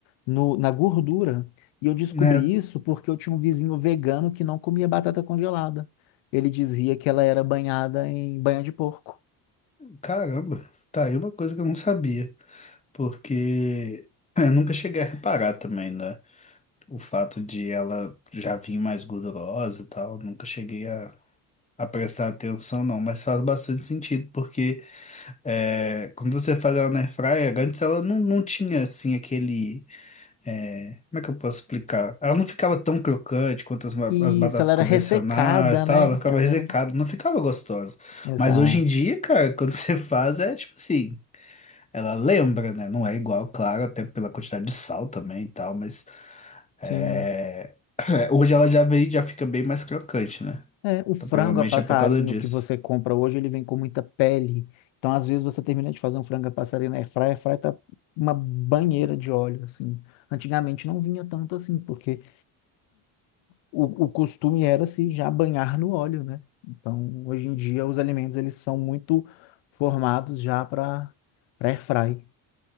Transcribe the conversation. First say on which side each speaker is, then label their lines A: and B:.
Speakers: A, on the left (about 80°); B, on the left (about 15°).
A: no, na gordura. E eu descobri
B: né?
A: isso porque eu tinha um vizinho vegano que não comia batata congelada. Ele dizia que ela era banhada em banha de porco.
B: Caramba, tá aí uma coisa que eu não sabia. Porque <laughs> eu nunca cheguei a reparar também, né? O fato de ela já vir mais gordurosa e tal, nunca cheguei a, a prestar atenção, não. Mas faz bastante sentido, porque é, quando você faz ela na airfryer, antes ela não, não tinha assim aquele. É, como é que eu posso explicar? Ela não ficava tão crocante quanto as, ma-
A: E
B: as batatas
A: isso, ela
B: convencionais
A: era ressecada,
B: e tal,
A: né?
B: ela ficava
A: Ela
B: ressecada,
A: era.
B: não ficava gostosa.
A: Exato.
B: Mas hoje em dia, cara, <laughs> quando você faz, é tipo assim, ela lembra, né? Não é igual, claro, até pela quantidade de sal também e tal, mas é,
A: Sim.
B: <clears throat> hoje ela já vem, já fica bem mais crocante, né?
A: É, o frango
B: Então provavelmente
A: a passarinho
B: é por causa disso.
A: que você compra hoje, ele vem com muita pele. Então, às vezes, você termina de fazer um frango a passarinho na airfryer, a airfryer tá uma banheira de óleo, assim. Antigamente não vinha tanto assim, porque o, o costume era se já banhar no óleo, né? Então, hoje em dia, os alimentos, eles são muito formados já para para airfry,